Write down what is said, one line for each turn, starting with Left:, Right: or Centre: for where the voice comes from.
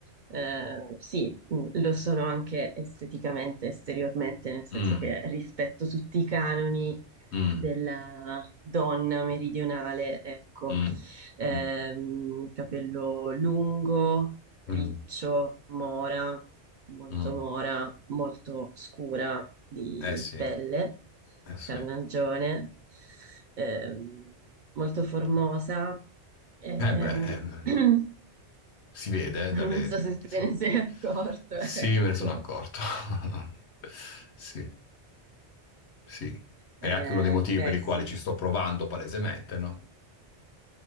Right: eh, sì, mh, lo sono anche esteticamente, esteriormente, nel senso
Left: mm,
Right: che rispetto tutti i canoni
Left: mm,
Right: della donna meridionale, ecco,
Left: mm,
Right: Ehm,
Left: mm,
Right: capello lungo, riccio,
Left: mm,
Right: mora, molto
Left: mm.
Right: mora, molto scura di
Left: Eh sì,
Right: pelle,
Left: eh sì.
Right: carnagione,
Left: Eh
Right: ehm, molto formosa, ehm,
Left: beh, ehm,
Right: <clears throat>
Left: Si vede eh, dalle...
Right: non so se te
Left: Sì.
Right: ne sei accorto,
Left: Sì,
Right: <laughs> ecco.
Left: me ne sono accorto. <laughs> Sì, sì. È
Right: Eh,
Left: anche uno dei motivi
Right: beh,
Left: per i
Right: sì.
Left: quali ci sto provando palesemente, no?